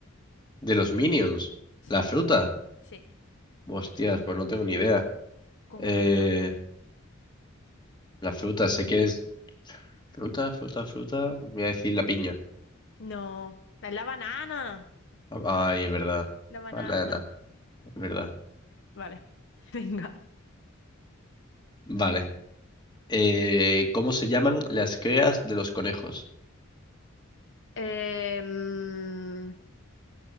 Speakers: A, on the left; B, on the left.
A: ¿De los Minions?
B: Sí,
A: ¿La fruta?
B: sí.
A: Hostias, pues no tengo ni idea.
B: ¿Cómo
A: Eh,
B: que no?
A: la fruta, sé que es... Fruta, fruta, fruta. Voy a decir la piña.
B: No. Es la banana.
A: Ah, Ay, es verdad.
B: La banana.
A: Banana, es verdad.
B: Vale. <laughs> Venga.
A: Vale. Eh, ¿cómo se llaman las crías de los conejos?
B: Em,